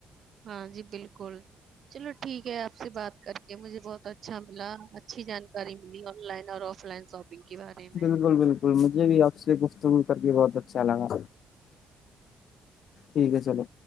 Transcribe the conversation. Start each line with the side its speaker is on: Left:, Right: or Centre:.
Right: ہاں جی بالکل چلو ٹھیک ہے آپ سے بات کر کے مجھے بہت اچھا ملا اچھی جانکاری ملی آن لائن اور آف لائن شاپنگ کے بارے میں
Left: بالکل بالکل مجھے بھی آپ سے گفتگل کر کے بات ب اچھا لگا ٹھیک ہے چلو